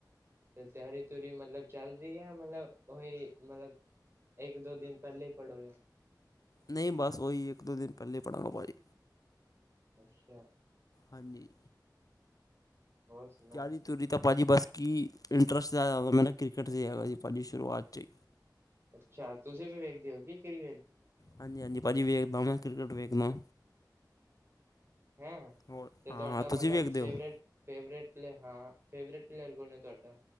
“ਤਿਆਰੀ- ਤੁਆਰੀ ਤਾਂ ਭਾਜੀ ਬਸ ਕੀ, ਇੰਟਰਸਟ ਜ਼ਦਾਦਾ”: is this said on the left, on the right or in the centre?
Left